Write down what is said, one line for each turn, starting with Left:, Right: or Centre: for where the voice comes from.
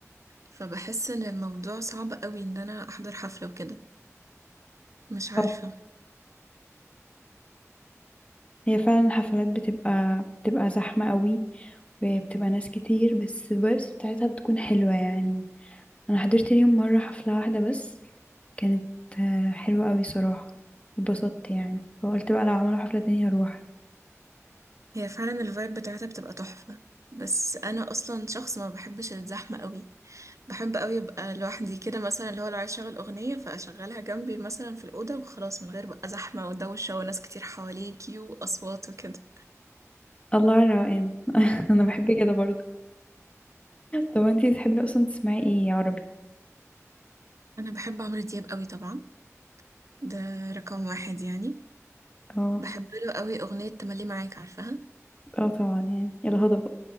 Right: فبحس ان الموضوع صعب قوي ان انا احضر حفله وكده مش عارفه
Left: اه هي فعلا الحفلات بتبقى بتبقى زحمة قوي وبتبقى ناس كتير بس الفايبس بتاعتها بتكون حلوة يعني انا حضرت ليهم مرة حفلة واحدة بس كانت آه، حلوة قوي صراحة واتبسطت يعني فقلت بقى لو عملوا حفلة تانية هروح
Right: هي فعلا الفايب بتاعتها بتبقى تحفه بس انا اصلا شخص ما بحبش الزحمه قوي بحب قوي ابقى لوحدي كده مثلا اللي هو لو عايز اشغل اغنيه فاشغلها جنبي مثلا في الاوضه وخلاص من غير بقى زحمه ودوشه وناس كتير حواليكي واصوات وكده
Left: الله على الروقان <laughs> انا بحب كده برضه طب انتي تحبي اصلا تسمعي ايه عربي
Right: انا بحب عمرو دياب قوي طبعا ده رقم واحد يعني
Left: اه
Right: بحب له قوي أغنية تملي معاك عارفاها
Left: اه طبعا يعني الهضبة